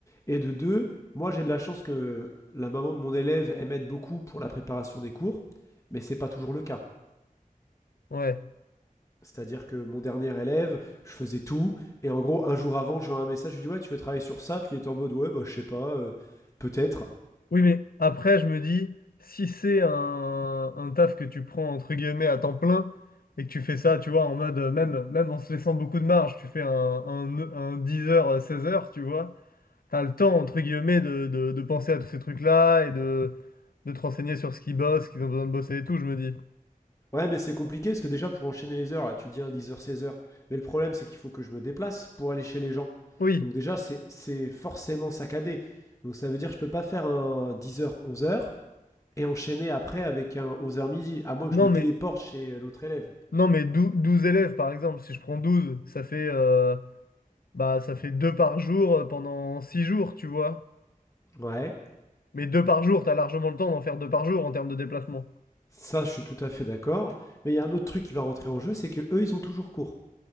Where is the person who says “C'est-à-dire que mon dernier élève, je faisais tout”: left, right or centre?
Left